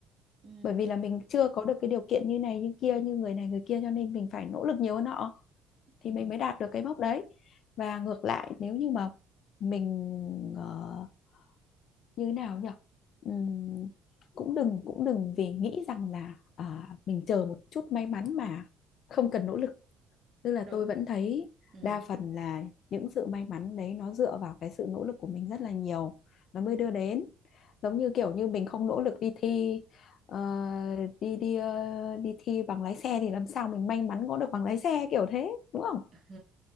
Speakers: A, on the right; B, on the left.
A: ừ
B: bởi vì là mình chưa có được cái điều kiện như này như kia như người này người kia cho nên mình phải nỗ lực nhiều hơn họ thì
A: ừ
B: mình mới đạt được cái mốc đấy và ngược lại nếu như mà mình ờ, như thế nào nhỉ Ừm, cũng đừng cũng đừng vì nghĩ rằng là à, mình chờ một chút may mắn mà không cần nỗ lực tức là
A: đúng
B: tôi vẫn thấy
A: ừ
B: đa phần là những sự may mắn đấy nó dựa vào cái sự nỗ lực của mình rất là nhiều nó mới đưa đến giống như kiểu như mình không nỗ lực đi thi ờ, đi đi ờ, đi thi bằng lái xe thì làm sao mình may mắn có được bằng lái xe kiểu thế đúng không
A: <laughs>